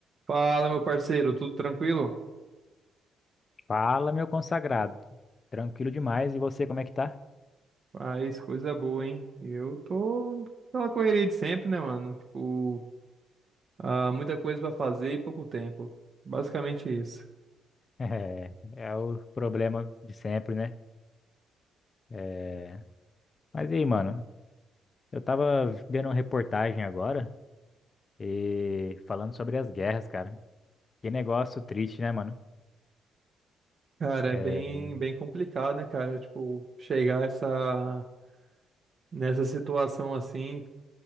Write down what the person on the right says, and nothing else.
Fala, meu parceiro, tudo tranquilo?
Faz coisa boa, hein? Eu tô naquela correria de sempre, né, mano? Tipo, ah, muita coisa pra fazer e pouco tempo. Basicamente isso.
Cara,
é bem, bem complicado, né, cara? Tipo, chegar essa, nessa situação assim,